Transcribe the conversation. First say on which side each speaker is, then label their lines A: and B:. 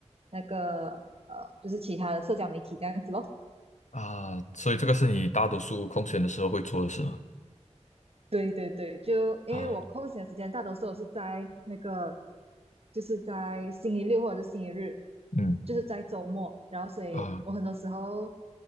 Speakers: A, on the right (about 55°); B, on the left (about 80°).
A: 那个呃，就是其他的社交媒体这样子咯。
B: 啊，所以这个是你大多数空闲的时候会做的事吗
A: 对对对，就因为我空闲的时间大多数我是在那个，
B: 啊，
A: 就是在星期六或者是星期日，
B: 嗯
A: 就是在周末，然后所以我很多时候
B: 啊，